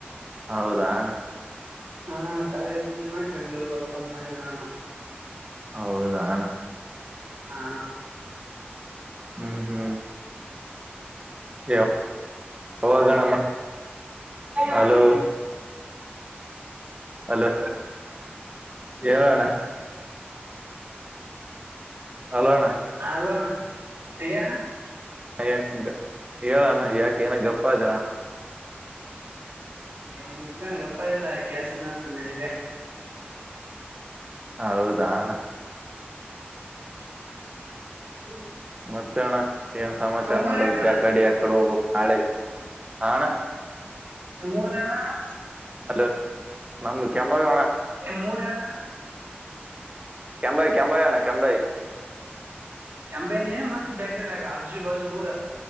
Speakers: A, on the right; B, on the right.
A: ಹೌದಾಣ್ಣ
B: ಹಾ ಕಾಲೇಜ್ ಅಡ್ಮಿಷನ್ ಮಾಡಿ ಬೆಂಗ್ಳೂರಗ ಹೋಗ್ಬೇಕ್ ಅಂತ ಮಾಡಿ ನೋಡೋಣ
A: ಹೌದಾಣ್ಣ
B: ಹಾ
A: ಹ್ಮ್ ಹ್ಮ್ ಯವ ಹೌದಣ್ಣ
B: ಹಾ
A: ಹಲೋ ಅಲೋ ರಣ <unintelligible> ಹಲೋ ಅಣ್ಣ
B: ಹಲೋಣ ಹೇಳಣ
A: ಯಾಕ ಹೇಳಣ ಯಾಕೆ ಏನ ಗಪ್ಪ ಆದಲ್ಲಣ
B: ಹ ಇಲ್ಲಣ್ಣ ಗಪ್ಪಾದಲ್ಲಾ ಕೇಳಶಿಲ್ಲ ಅಂತಂದ ನಿನಗ
A: ಹೌದಾ ಅಣ್ಣ
B: <inaudible>
A: ಮತ್ತೆ ಅಣ್ಣಾ ಏನ್ ಸಮಾಚಾರ
B: ನಿಮ್ ಊರ್
A: ನಡದತ್ತ
B: ಯಾವ್ದಣ್ಣ
A: ಯಕಡಿ ಯ ಕಡೆ ಹೋಗ ನಾಳೆ ಆ ಅಣ್ಣ
B: ನಿಮೂರ ಯಾವದಣ್ಣ
A: ಹೆಲೋ ನಮದು ಕೆಂಭಾವಿ ಅಣ್ಣ
B: ನಿಮ್ಮುರ ಯಾವ್ದಣ್ಣ
A: ಕೆಂಭಾವಿ ಕೆಂಭಾವಿ ಅಣ್ಣ ಕೆಂಭಾವಿ
B: ಕೆಂಭಾವಿನೆ ಮತ್ತ ಬೇರೆದಾಗ ಅಜ್ಜು ಬಜು ಊರ